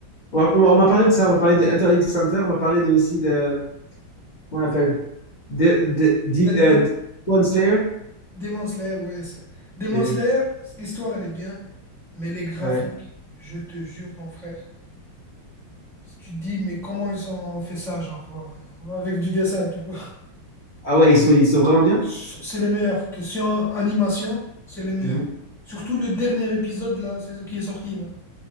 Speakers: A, on the left; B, in the centre.
A: On m'a on m'a- on m'a parlé de ça, on m'a parlé de Inter X Center, on m'a parlé de, aussi de. Comment on appelle? De, de, Deep-
B: Death
A: euh,
B: Note,
A: Deep One Slayer?
B: Demon Slayer, ouais. ça- Demon
A: Que-
B: Slayer, l'histoire elle est bien, mais les graphiques,
A: ouais.
B: je te jure, mon frère. Si tu te dis, mais comment ils ont fait ça, genre, euh, avec du dessin, tu vois.
A: Ah ouais, ils sont, ils sont vraiment bien?
B: So-, C'est les meilleurs. Question animation, c'est les meilleurs.
A: Mhm.
B: Surtout le dernier épisode là, c'est ce qui est sorti là.